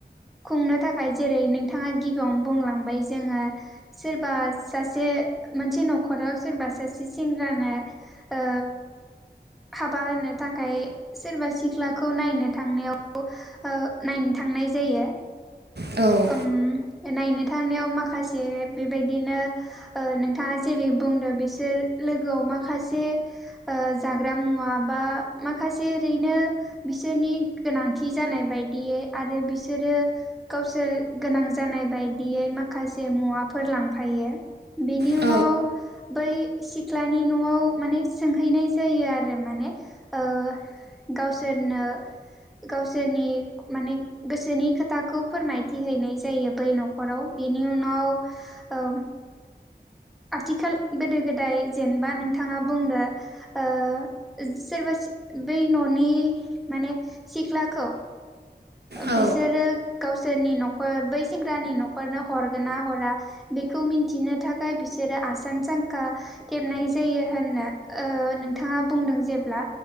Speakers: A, in the centre; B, on the right.
A: खुंनो थाखाय जेरै नोंथाङा गिबियावनो बुंलांबाय जोङो सोरबा सासे मोनसे न'खराव सोरबा सासे सेंग्रानो ओ हाबा होनो थाखाय सोरबा सिख्लाखौ नायनो थांनायाव ओ नायनो थांनाय जायो
B: जायो।
A: उम नायनो थांनायाव माखासे बेबायदिनो ओ नोंथाङा जेरै बुंदों बिसोर लोगोआव माखासे ओ जाग्रा मुवा बा माखासे ओरैनो बिसोरनि गोनांथि जानाय बायदियै आरो बिसोरो गाव सोर गोनां जानाय बायदियै माखासे मुवाफोर लांफायो। बेनि
B: औ
A: उनाव बै सिख्लानि न'आव माने सोंहैनाय जायो आरो माने ओ गावसोरनो गावसोरनि माने गोसोनि खोथाखौ फोरमायथि हैैनाय जायो बै न'खराव बिनि उनाव ओ आथिखाल गोदो गोदाय जेनबा नोंथाङा बुंदो ओ सोरबा बै न'नि माने सिख्लाखौ
B: औ
A: बिसोरो गाव सोरनि न'खर बै सेंग्रानि न'खरनो हरगोन ना हरा बेखौ मिथिनो थाखाय बिसोरो आसान सांखा थेबनाय जायो होननो ओ नोंथाङा बुंदों जेब्ला